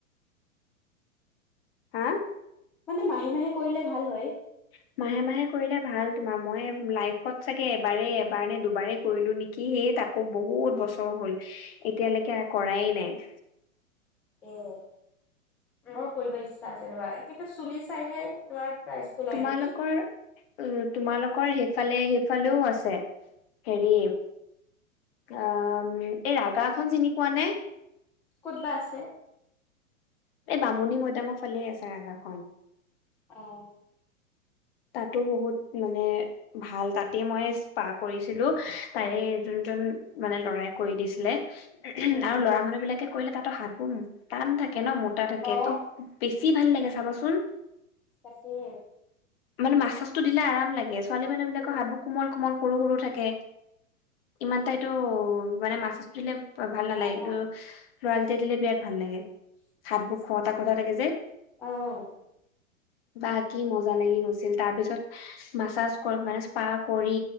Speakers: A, on the left (about 45°); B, in the centre.
A: হা'।
B: মানে মাহে মাহে কৰিলে ভাল হয়।
A: <unintelligible> মাহে মাহে কৰিলে ভাল তোমাৰ, মই লাইফত চাগে এবাৰ এবাৰ নে দুবাৰেই কৰিলো নেকি। কি তাকো বহুত বছৰ হ'ল এতিয়ালৈকে এ কৰাই নাই।
B: উম, মই কৰিব ইচ্ছা আছে ৰ'বা কিন্তু চুলি চাইহে তোমাৰ প্ৰাইচটো লয়
A: তোমালোকৰ
B: নেকি
A: উম, তোমালোকৰ সেইফালে সেইফালেও আছে। হেৰি আ উম, এই ৰাগাখন চিনি পোৱা নে?
B: ক'ত বা আছে?
A: এই বামুণী মৈদামৰ ফালে আছে ৰাগাখন।
B: অঁ।
A: তাতো বহুত মানে ভাল। তাতে মই স্পা কৰিছিলো, তাৰে যোনজন মানে ল'ৰাই কৰি দিছিলে, উ
B: উম
A: আৰু
B: উম
A: ল'ৰা মানুহ বিলাকে কৰিলে তাহাঁতৰ হাতবোৰ টান থাকে ন' মোটা থাকে,
B: অ
A: ত' বেছি ভাল লাগে চাবাচোন।
B: তাকে।
A: মানে মাছাজটো দিলে আৰাম লাগে। ছোৱালী মানুহবিলাকৰ
B: উম
A: হাতবোৰ কোমল কোমল সৰু সৰু থাকে, ইমান এটা এইতো মানে মাছাজটো দিলে ভাল নালাগে,
B: অ
A: কিন্তু
B: অ
A: লৰাকেইটাই দিলে বিৰাট ভাল লাগে, হাত বোৰ খহটা খহটা থাকে যে।
B: অ'।
A: বা কি মজা লাগি গৈছিল, তাৰ পিছত মাছাজ মানে স্পা কৰি